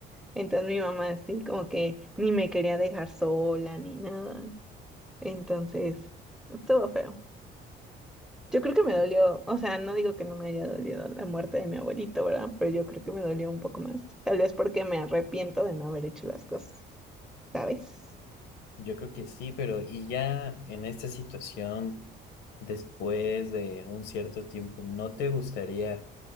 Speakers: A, in the centre; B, on the left.
A: Entonces mi mamá así como que ni me quería dejar sola ni nada. Entonces, estuvo feo. Yo creo que me dolió, o sea, no digo que no me haya dolido la muerte de mi abuelito, ¿verdad? Pero yo creo que me dolió un poco más. Tal vez porque me arrepiento de no haber hecho las cosas, ¿sabes?
B: Yo creo que sí, pero y ya en esta situación, después de un cierto tiempo, ¿no te gustaría